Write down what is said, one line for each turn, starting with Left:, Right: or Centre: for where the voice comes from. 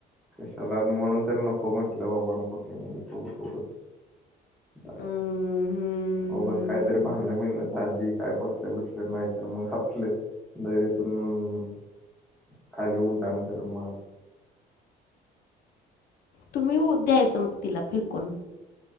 Centre: कशाला आणि म्हणून तरी नको म्हटलं बाबा कुठ तेमुळे सबतघच बायला
Left: हम्म.
Centre: मगच कायतरी भांडणं बिंणं चाली काय पटलं बिटलं नाही तर मग आपलं दरीतून खाली उड्डाण करण माग
Left: तुम्ही द्यायचं मग तिला फेकून